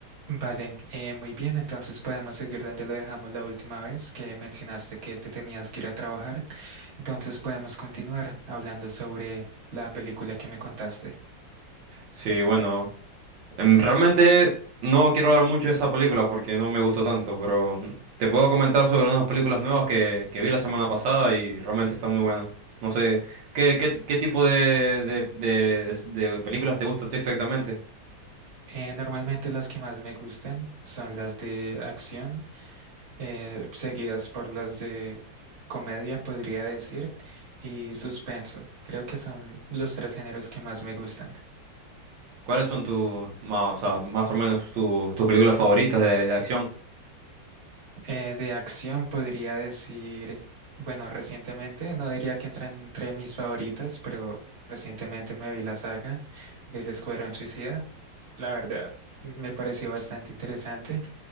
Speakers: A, on the right; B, on the right.
A: Vale, eh, muy bien, entonces podemos seguir donde lo dejamos la última vez que mencionaste que te tenías que ir a trabajar. Entonces podemos continuar hablando sobre la película que me contaste.
B: Sí, bueno, em, realmente no quiero hablar mucho de esa película porque no me gustó tanto, pero te puedo comentar sobre unas películas nuevas que, que vi la semana pasada y realmente están muy buenas. No sé, ¿qué, qué, qué tipo de, de, de, de- de películas te gusta a ti exactamente?
A: Eh, normalmente las que más me gustan son las de acción. eh, seguidas por las de comedia, podría decir, y suspenso. Creo que son los tres géneros que más me gustan.
B: ¿Cuáles son tus, más, o sea, más o menos tus, tus películas favoritas de, de acción?
A: Eh, de acción podría decir, bueno, recientemente, no diría que entra entre mis favoritas, pero recientemente me vi la saga del Escuadrón Suicida. La verdad, me pareció bastante interesante